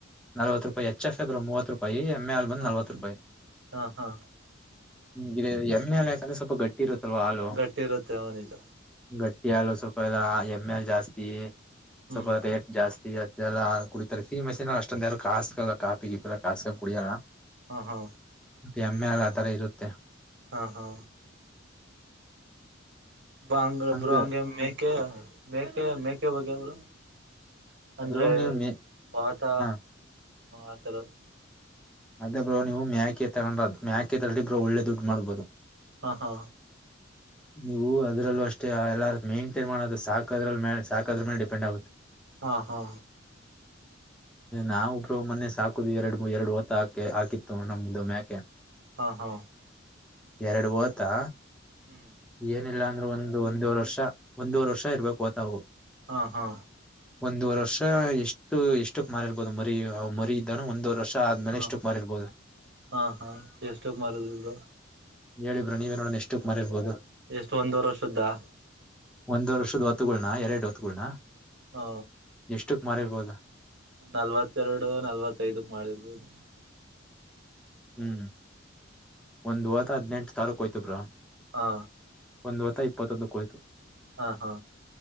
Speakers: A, in the centre; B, on the right.
A: ನಲ್ವತ್ತು ರೂಪಾಯ ಹೆಚ್ ಎಫ್ ಎ ಮೂವತ್ತು ರೂಪಿ ಎಂ ಎ ಆಲ್ನ್
B: ಹಾ
A: ನವತ್ ರೂಪಾಯಿ
B: ಹಾ ಹಾ
A: ಹ್ಮ್ ಇೇ ಎಮ್ಮೆಾಲ ಯಾಕಂದ್ರೆ ಸ್ವಲ್ಪ ಗಟ್ಟಿ ಇರುತ್ತಲ್ವಾ ಹಾಲು
B: ಗಟ್ಟಿ ಇರುತ್ತೆ ಅವನಿದ
A: ಗಟ್ಟಿ ಹಾಲು ಸ್ವಲ್ಪ ಎಲ್ಲ ಎಮ್ ಎಲ್ ಜಾಸ್ತಿ
B: ಹ್ಮ್
A: ಸ್ವಲ್ಪ ರೇಟ್ ಜಾಸ್ತಿ ಅಲ್ಲ ಕುಡಿತಾರೆ ಸಿಹ ಮಷಿನ್ ಅಷ್ಟೊಂದ ಯಾರು ಕಾಸ್ಕಲ್ಲ ಕಾಪಿ ಗಿಪ ಎಲ್ಲ ಕಾಸ್ಕೊಂಡ್ ಕುಡಿಯಲ್ಲ
B: ಹಾ ಹಾ
A: ಮತ್ತೆ ಎಮ್ಮೆ ಎಲ್ ಆ ತರ ಇರುತ್ತೆ
B: ಹಾ ಹಾ ಬಾಂಗೊಬ್ರು
A: ಹಂಗ
B: ಹಂಗೆ ಮೇಕೆ ಮೇಕೆ ಮೇಕೆ ಬಗೆಬ್ರು ಅಂದ್ರೆ
A: ಬ್ರೋ ನೀವು ಮೆ
B: ವಾತ
A: ಹಾ
B: ಆತರ
A: ಅದೇ ಬ್ರೋ ನೀವು ಮ್ಯಾಕೆ ತಗೊಂಡ್ರ ಮ್ಯಾಕೆ ತಿ ಬ್ರೋ ಒಳ್ಳೆ ದುಡ್ಡು ಮಾಡ್ಬೋದು
B: ಹಾ ಹಾ
A: ನೀವು ಅದ್ರಲ್ಲೂ ಅಷ್ಟೇ ಎಲ್ಲಾ ಮೈಂಟೈನ್ ಮಾಡೋದು ಸಾಕದ್ರಲ್ ಮ ಸಾಕದ್ರ ಮೇಲೆ ಡಿಪೆಂಡ್ ಆಗುತ್ತೆ
B: ಹಾ ಹಾ
A: ನಾವು ಬ್ರೋ ಮೊನ್ನೆ ಸಾಕುದು ಎರಡು ಎರಡು ಹೊತ್ತ ಹಾಕ್ ಹಾಕಿವಿ ನಮ್ದು ಮ್ಯಾಕೆ
B: ಹಾ ಹಾ ಹಾ
A: ಎರಡು ಓತಾ.
B: ಹ್ಮ್
A: ಏನಿಲ್ಲ ಅಂದ್ರೂ ಒಂದು ಒಂದುವರೆ ವರ್ಷ ಒಂದೂವರೆ ವರ್ಷ ಇರ್ಬೇಕು ಓತ ಅವು.
B: ಹಾ ಹಾ
A: ಒಂದವರೆ ವರ್ಷ ಎಷ್ಟು ಎಷ್ಟಕ್ ಮಾರಿರ್ಬೋದು ಮರಿ ಅವು ಮರಿ ಇದ್ದಾನು ಒಂದುವರ್ ವರ್ಷ. ಆದ್ಮೇಲೆ
B: ಹಾ
A: ಎಷ್ಟಕ್ ಮಾರಿರ್ಬೋದು
B: ಹಾ ಹಾ ಎಷ್ಟೋಕ್ ಮಾರದ್ರ ಬ್ರೋ.
A: ಹೇಳಿಬ್ರೋ ನೀವೇ ನೋಡಣ ಎಷ್ಟುಕ್ ಮರಿರ್ಬೋದು.
B: ಎಷ್ಟು ಒಂದ ವರ್ ವರ್ಷದ್ದಾ.
A: ಒಂದು ವರ್ ವರ್ಷುದ್ ಒತುಗುಳನ ಎರಡ್ ಒತ್ಗುಳನ
B: ಹಾ
A: ಎಷ್ಟಕ್ ಮಾರಿರ್ಬೋದು.
B: ನಲ್ವತ್ತೆರಡು ನಲ್ವತ್ತೈದಕ್ ಮಾಡಿರ್ಬೋದು.
A: ಹ್ಮ್ ಒಂದು ವೊತ ಹದ್ನೆಂಟ್ ಸಾವಿರಕ್ ಹೋಯ್ತಬ್ರೋ.
B: ಹಾ
A: ಒಂದ್ ವೊತ್ತ ಇಪ್ಪತ್ತೊಂದುಕ್ಕೆ ಹೋಯ್ತು.
B: ಹಾ ಹಾ